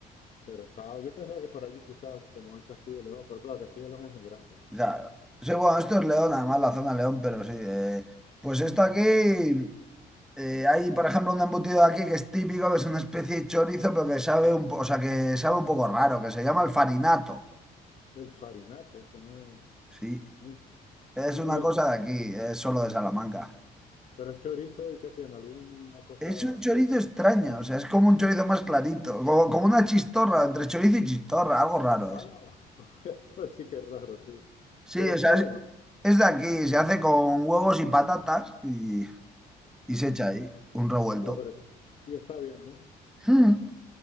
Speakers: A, on the left; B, in the centre.
A: Pero está, yo pensaba que por allí quizás, como es Castilla y León, pero claro, Castilla y León es muy grande.
B: Claro. Sí, bueno, esto es León, además la zona León, pero sí. eh, pues esto aquí, eh, hay por ejemplo un embutido de aquí que es típico, que es una especie de chorizo, pero que sabe un, po- o sea, que sabe un poco raro, que se llama el farinato.
A: El farinato, o sea, no,
B: Sí.
A: nunca.
B: Es
A: Y,
B: una
A: y es-
B: cosa de aquí, es solo de Salamanca.
A: pero es chorizo y ¿qué tiene? ¿Alguna cosa?
B: Es un chorizo extraño, o sea, es como un chorizo más clarito, como, como una chistorra, entre chorizo y chistorra, algo raro
A: Ah,
B: es.
A: <laughs> o sea, sí que es raro, sí.
B: Sí,
A: Pero
B: o
A: está
B: sea,
A: bueno.
B: es, es de aquí, se hace con huevos y patatas y, y se
A: Ah,
B: echa ahí un revuelto.
A: bueno, pero, y está bien, ¿no?
B: Mm.